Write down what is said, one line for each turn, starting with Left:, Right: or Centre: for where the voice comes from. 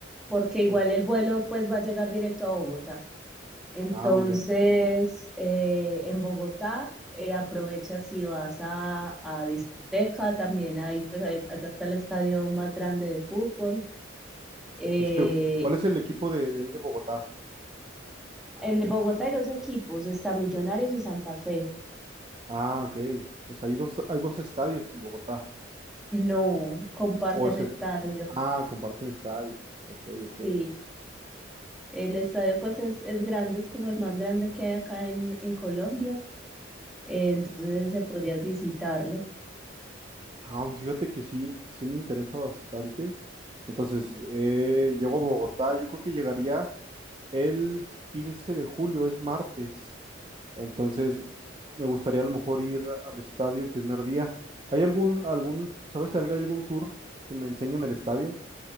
Centre: porque igual
Right: Por...
Centre: el vuelo pues va a llegar directo a Bogotá. Entonces,
Right: Ah, muy bien.
Centre: eh, en Bogotá eh, aprovechas y vas a, a discoteca, también ahí pues ahí- allá está el estadio más grande de fútbol. Eh,
Right: En serio, ¿cuál es el equipo de, de ahí de Bogotá?
Centre: en Bogotá hay dos equipos, está Millonarios y Santa Fe.
Right: Ah, ok. Pues hay dos, hay dos estadios en Bogotá.
Centre: No, comparten
Right: O es
Centre: estadio,
Right: el... Ah, comparten estadio. Ok, ok.
Centre: sí. El estadio pues es, es grande, es como el más grande que hay acá en en Colombia. entonces se podrías visitarlo.
Right: Ah, pues fíjate que sí, sí me interesa bastante. Entonces, eh, llego a Bogotá, yo creo que llegaría el 15 de julio, es martes. Entonces, me gustaría a lo mejor ir al estadio el primer día. ¿Hay algún, algún, sabes si hay algún tour que me enseñen el estadio?